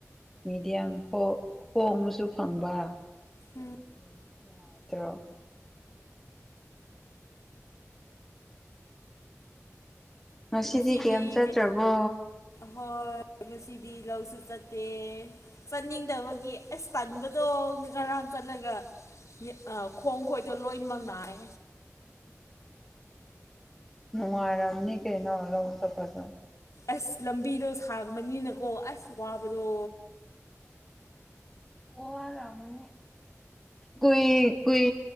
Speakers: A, in the centre; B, on the left.
A: ꯃꯤꯦꯗꯤꯌꯝ ꯍꯣꯡꯉꯁꯨ ꯐꯪꯕꯅꯨꯡꯉꯥꯏ
B: ꯎꯝ
A: ꯀꯇ꯭ꯔꯣ ꯉꯁꯤꯗꯤ
B: ꯔꯁꯤꯗꯤ
A: ꯀꯩꯝ ꯆꯠꯇ꯭ꯔꯕꯣ
B: ꯀ ꯍ ꯔꯁꯤꯗꯤ ꯗꯤ ꯂꯧꯁꯨ ꯆꯠꯇꯦ ꯆꯠꯅꯤꯡꯗꯕꯒꯤ ꯑꯁ ꯆꯥꯅꯤꯡꯕꯗꯣ ꯉꯔꯥꯡ ꯆꯠꯂꯒ ꯑ ꯈꯣꯡ ꯈꯣꯏꯗꯣ ꯂꯣꯏꯅꯃꯛ ꯅꯥꯏ
A: <unintelligible> <inaudible> ꯅꯨꯡꯉꯥꯏꯔꯝꯅꯤ ꯀꯩꯅꯂ ꯆꯄꯁꯨ
B: ꯑꯁ ꯂꯝꯕꯤꯗꯣ ꯁꯥꯡꯕꯅꯤꯅꯀꯣ ꯑꯁ ꯋꯥꯕꯗꯣ
A: ꯑꯣ ꯑꯔꯅꯤ ꯀꯣꯏ ꯀꯣꯏ